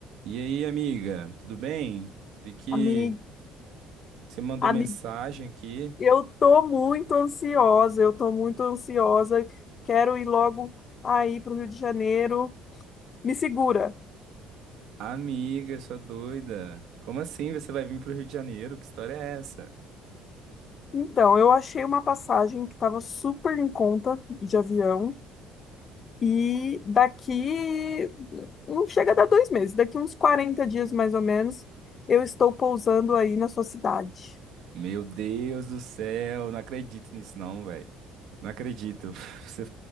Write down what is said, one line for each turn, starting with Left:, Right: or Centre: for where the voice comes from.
Right: E aí, amiga, tudo bem? Vi que
Left: Amigo,
Right: você mandou
Left: amigo,
Right: mensagem aqui.
Left: eu tô muito ansiosa, eu tô muito ansiosa. Quero ir logo aí para o Rio de Janeiro. Me segura.
Right: Amiga, sua doida. Como assim você vai vir pro Rio de Janeiro? Que história é essa?
Left: Então, eu achei uma passagem que estava super em conta de avião e daqui não chega a dar dois meses, daqui uns 40 dias mais ou menos, eu estou pousando aí na sua cidade.
Right: Meu Deus do céu, não acredito nisso não, velho. Não acredito. <laughs> Você